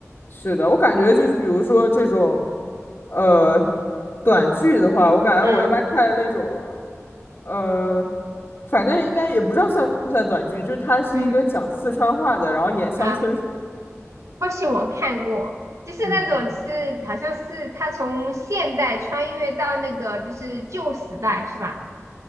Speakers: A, on the left; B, on the right.
A: 是的，我感觉就是比如说这种，呃，短剧的话，我感觉我一般看那种，
B: 嗯
A: 呃，反正应该也不知道算不算短剧，就是它是一个讲四川话的，
B: 嗯
A: 然后演乡村，
B: 啊，或许我看过。就是那种是，
A: 嗯，
B: 好像是他从现代穿越到那个就是旧时代，是吧？